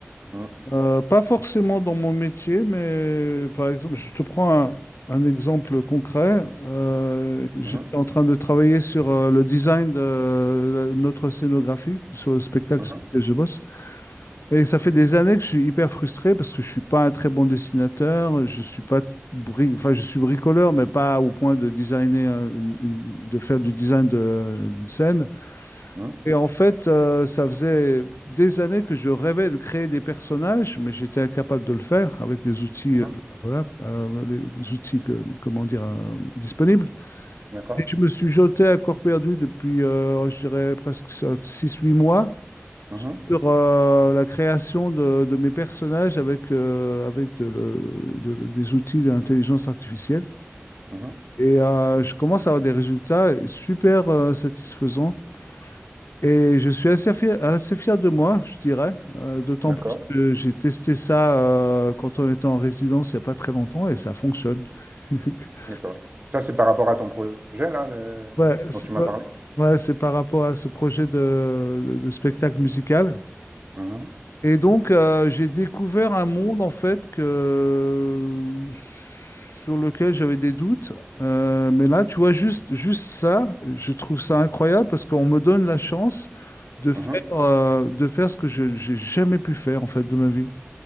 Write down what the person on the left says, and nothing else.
Euh, pas forcément dans mon métier, mais par exemple, je te prends un, un exemple concret. Euh, j'étais
en train de travailler sur euh, le design de euh, notre scénographie, sur le spectacle
sur lequel je bosse. Et ça fait des années que je suis hyper frustré parce que je suis pas un très bon dessinateur, je suis pas bri- enfin, je suis bricoleur, mais pas au point de designer, un- une- une- de faire du design de, d'une scène.
Et en fait, euh, ça faisait des années que je rêvais de créer des personnages, mais j'étais incapable de le faire avec des outils,
euh, voilà, euh, des des outils que- comment dire, euh, disponibles.
Et je me suis jeté à corps perdu depuis, euh, je dirais, presque six-huit mois
sur euh, la création de, de mes personnages avec, euh, avec de le- de- des outils d'intelligence artificielle.
Et euh, je commence à avoir des résultats super euh, satisfaisants. Et je suis assez fier, assez fier de moi, je dirais, euh, d'autant
plus que j'ai testé ça euh, quand on était en résidence il n'y a pas très longtemps et ça fonctionne. <laughs>
Ouais, c'est
pas-
ouais, c'est par rapport à ce projet de, de- de spectacle musical.
Et donc, euh, j'ai découvert un monde, en fait, que... sur lequel j'avais des doutes. Euh, mais là, tu vois, juste, juste ça, je trouve ça incroyable parce qu'on me donne la chance de faire,
euh, de faire ce que je j'ai jamais pu faire, en fait, de ma vie.